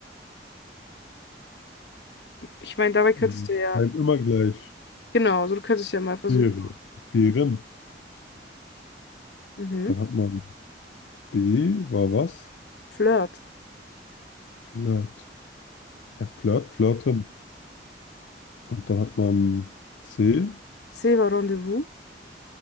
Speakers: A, on the left; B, on the left.
A: Ich meine, dabei könntest
B: Hm,
A: du ja,
B: Bleiben immer gleich.
A: genau, also du könntest ja mal versuchen.
B: Beere. Beeren.
A: Mhm.
B: Dann hat man B war was?
A: Flirt.
B: Flirt. Herr Flirt, flirten. Und dann hat man C,
A: C'est un rendezvous.